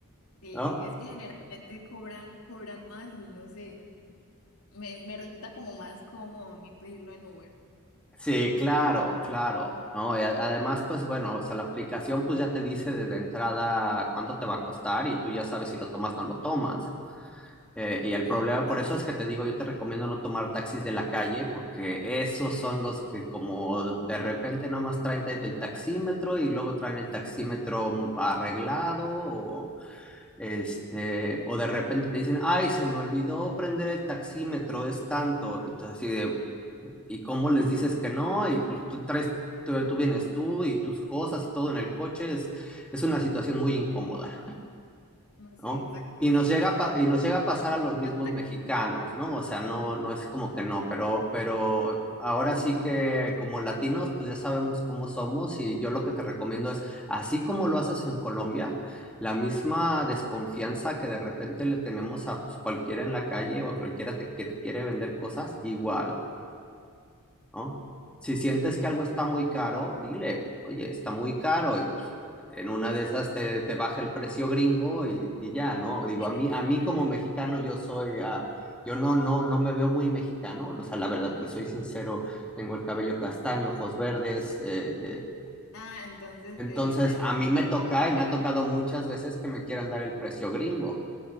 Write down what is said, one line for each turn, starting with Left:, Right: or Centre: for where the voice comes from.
Left: sí
Centre: ¿no?
Left: es que generalmente cobran, cobran más y no sé, me, me resulta como más cómodo a mí pedirlo en Uber.
Centre: Sí, claro, claro, ¿no? Y a- además, pues bueno, o sea, la aplicación pues ya te dice desde entrada cuánto te va a costar y tú ya sabes si lo tomas o no lo tomas. Eh, y el
Left: Sí,
Centre: problema,
Left: exacto.
Centre: por eso es que te digo, yo te recomiendo no tomar taxis de la calle porque esos son los que como de repente nomás traen te- el taxímetro y luego traen el taxímetro
Left: Ujú,
Centre: arreglado este,
Left: Sí,
Centre: o de repente te dicen, ay, se me olvidó prender el taxímetro, es tanto. Y tú así de, ¿y cómo les
Left: Mm,
Centre: dices que no? Y pues tú traes, tú, tú vienes tú y tus cosas y todo en el coche, es, es una situación muy incómoda.
Left: no, sí,
Centre: ¿no?
Left: exacto.
Centre: Y nos
Left: Mira,
Centre: llega a, pa- y nos llega a pasar
Left: las
Centre: a los
Left: mismas
Centre: mismos
Left: taxis.
Centre: mexicanos, ¿no? O sea, no, no es como que no, pero, pero ahora sí que como latinos, pues ya sabemos cómo somos y yo lo que te recomiendo es, así como lo haces en Colombia, la misma desconfianza que de repente le tenemos a pues, cualquiera en la calle o a cualquiera te- que te quiere vender cosas, igual. ¿no? Si sientes que
Left: sí.
Centre: algo está muy caro, dile, oye, está muy caro y pues, en una de esas te, te baja el precio gringo y, y ya, ¿no? Digo, a
Left: <laughs>
Centre: mí, a mí como mexicano yo soy, ah, yo no, no, no me veo muy mexicano, o sea, la verdad, te soy sincero, tengo el cabello castaño, ojos verdes, eh, eh,
Left: Ah, entonces
Centre: entonces
Left: te, te hacen
Centre: a mí
Left: de
Centre: me
Left: de
Centre: toca
Left: extranjero.
Centre: y me ha tocado
Left: y-
Centre: muchas veces que me quieran dar el precio gringo,